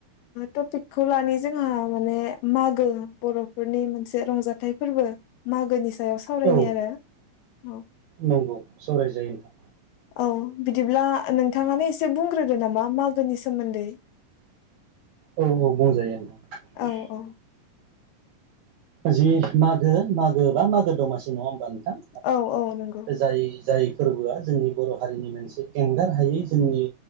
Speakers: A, on the left; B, on the right.
A: टपिकखौ लानाय जोंहा माने मागो बर'फोरनि मोन रंजाथाइ फोरबो मागोनि ओ सावरायनाय
B: औ
A: आरो
B: नंगौ सावरायजायो नोंथां
A: औ औ बिदिब्ला नोंथाङानो एसे बुंग्रोदो नामा मागोनि सोमोन्दै।
B: औ औ बुंजायो होना
A: औ औ
B: जि मागो मागो बा मागो दमासि नङा होमबानो
A: औ औ नंगौ
B: जाय जाय फोरबोआ जोंनि बर' हारिनि मोनसे एंगार हायै जोंनि